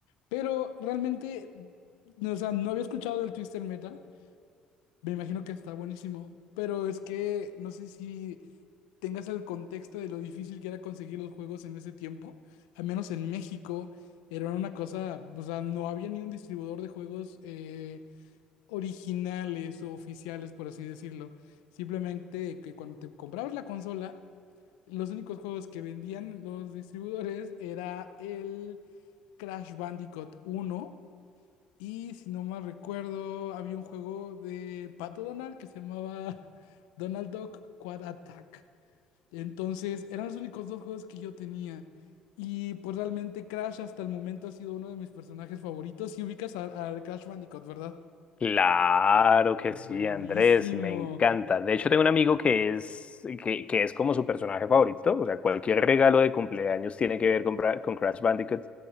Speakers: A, on the left (about 80°); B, on the left (about 35°).
A: pero realmente, no, o sea, no había escuchado del Twister Metal. Me imagino que está buenísimo, pero es que no sé si tengas el contexto de lo difícil que era conseguir los juegos en ese tiempo. Al menos en México era una cosa, o sea, no había ni un distribuidor de juegos eh, originales o oficiales, por así decirlo. Simplemente que cuando te comprabas la consola, los únicos juegos que vendían los distribuidores era el Crash Bandicoot uno y si no mal recuerdo había un juego de Pato Donald que se llamaba <laughs> Donald Duck Quad Attack. Entonces eran los únicos dos juegos que yo tenía y pues realmente Crash hasta el momento ha sido uno de mis personajes favoritos. Si ubicas al, al Crash Bandicoot, ¿verdad?
B: Claro que
A: Buenísimo.
B: sí, Andrés, me encanta. De hecho, tengo un amigo que es, que, que es como su personaje favorito. O sea, cualquier regalo de cumpleaños tiene que ver con, Bra- con Crash Bandicoot,